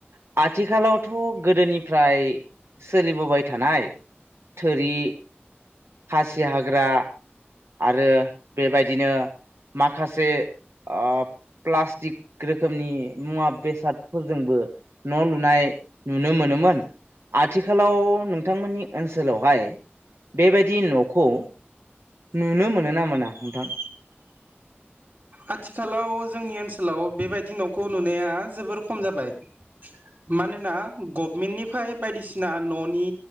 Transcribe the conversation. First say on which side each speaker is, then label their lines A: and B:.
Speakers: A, on the right; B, on the right.
A: ओ आथिखालावथ' गोदोनिफ्राय सोलिबोबाय थानाय थोरि खासि हाग्रा आरो बेबायदिनो माखासे अ प्लास्टिक रोखोमनि मुवा बेसादफोरजोंबो न' लुनाय नुनो मोनोमोन आथिखालाव नों थांमोननि ओनसोलावहाय बेबायदि न'खौ नुनो मोनो ना मोना नोंथां
B: आथिखालाव जोंनि ओनसोलाव बेबायदि न'खौ नुनाया जोबोर खम जाबाय मानोना गभमेन्टनिफ्राय बायदिसिना न'नि